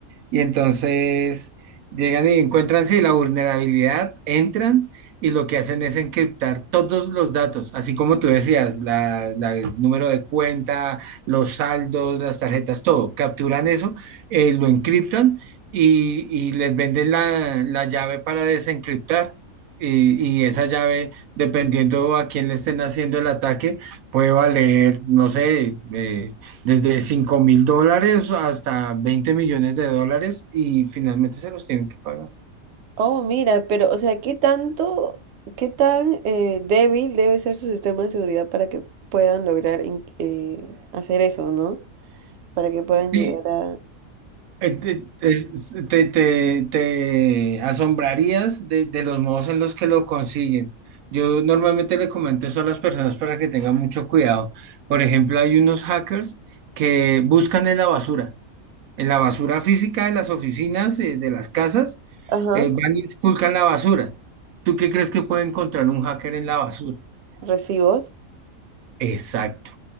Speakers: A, on the right; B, on the right.
A: Y entonces llegan y encuentran, sí, la vulnerabilidad, entran y lo que hacen es encriptar todos los datos, así como tú decías, la, la- el número de cuenta, los saldos, las tarjetas, todo. Capturan eso, eh, lo encriptan y, y les venden la, la llave para desencriptar. Y, y esa llave, dependiendo a quién le estén haciendo el ataque, puede valer, no sé, eh, desde cinco mil dólares hasta veinte millones de dólares y finalmente se los tienen que pagar.
B: Oh, mira, pero, o sea, ¿qué tanto, qué tan eh, débil debe ser su sistema de seguridad para que puedan lograr en- eh, hacer eso, ¿no? Para que puedan
A: Sí,
B: llegar a,
A: eh, te, es- te- te- te asombrarías de, de los modos en los que lo consiguen. Yo normalmente le comento eso a las personas para que tengan mucho cuidado. Por ejemplo, hay unos hackers que buscan en la basura, en la basura física de las oficinas, eh, de las casas,
B: ajá,
A: eh, van y esculcan la basura. ¿Tú qué crees que puede encontrar un hacker en la basura?
B: recibos.
A: Exacto.